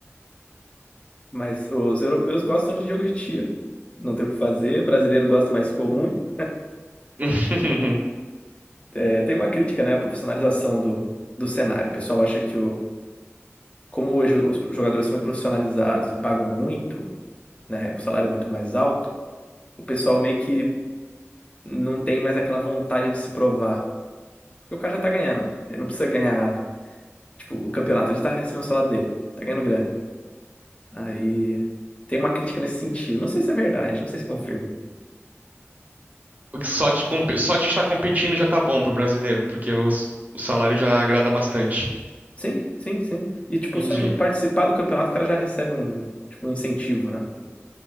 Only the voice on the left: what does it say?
Mas os europeus gostam de jogo de tiro, não tem o que fazer. O brasileiro gosta, mas ficou ruim.
É, tem uma crítica, né, à profissionalização do, do cenário. O pessoal acha que o, como hoje os jogadores são muito profissionalizados e pagam muito. né, o salário é muito mais alto, o pessoal meio que não tem mais aquela vontade de se provar. Porque o cara já tá ganhando. Ele não precisa ganhar, tipo, o campeonato, ele tá recebendo o salário dele, tá ganhando grana. Aí tem uma crítica nesse sentido. Não sei se é verdade, não sei se confirma.
Sim, sim, sim. E, tipo,
só de participar do campeonato, o cara já recebe um, tipo, um incentivo, né?